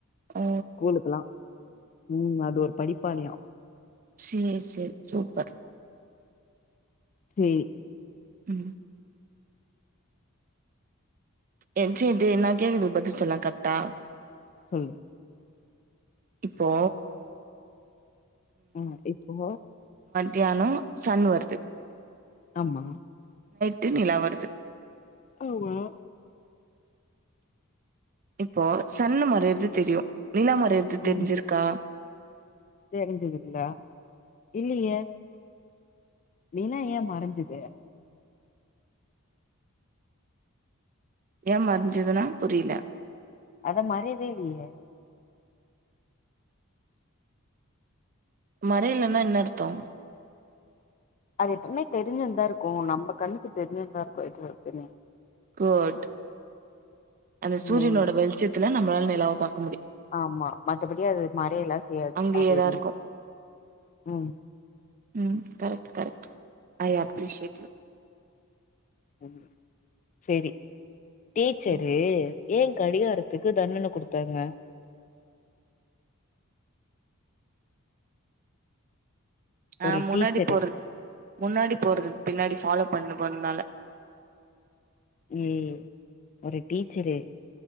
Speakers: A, on the right; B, on the left.
A: ஓ
B: கூலுக்குல்லா ம் அது ஒரு படிப் ப்பாளியா
A: சேரி சேரி சூப்பர்
B: சேரி
A: ம் என் சயிந்தி நா கேக்கற்துக்கு பதில் சொல்லா கரக்ட்டா
B: சொல்லு
A: இப்போ
B: ம் இப்போ
A: தியானோ சண் வருது
B: ஆம்மா
A: டு நிலா வருது
B: ஆமா
A: இப்போ சன்னு மறையர்து தெரியு நிலா மறையர்து தெரிஞ்சிருக்கா
B: ஆமா தெரிஞ்சதுல்ல இல்லியே நிலா ஏ மறஞ்சிது?
A: ஏ மறஞ்சிதுனா புரில
B: அத மறையவே இல்லயே
A: மறையலனா என்ன அர்த்தொ
B: அது எப்பவ்மே தெருஞ்சுந்தா இருக்கு நம்ம கண்ணுக்கு தெருஞ்சுந்தா இருக்கு எப்ப எப்பமே
A: குட் அது சூரியனோட
B: ம்
A: வெளிச்சத்துல நம் வால் நிலாவ பாக்
B: ஆமா மத்தபடி அது மறையலா செய்யாது
A: அங்கயேதா
B: அப்பயே
A: இருக்கு
B: <unintelligible> ம்
A: ம் correct correct I appreciate you
B: ம் சேரி டீச்சரு
A: ம்
B: ஏ கடிகாரத்துக்கு தண்டன குடுத்தாங்க
A: ஆ
B: ஒரு
A: முன்னாடி
B: டீச்சரு
A: போறது முன்னாடி போறது பின்னாடி ஃபாலோ பண்ணு பண்ணல
B: ம் ஒரு டீச்சரு